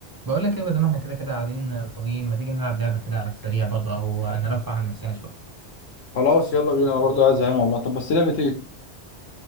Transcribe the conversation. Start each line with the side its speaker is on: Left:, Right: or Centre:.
Right: بقول لك ايه بدل ما احنا كده كده قاعدين فاضيين ما تيجي نلعب لعبه كده على السريع برضه او نرفع عن نفسنا شويه
Left: خلاص يلا بينا انا برضو عايز زهقان والله طب بس لعبة ايه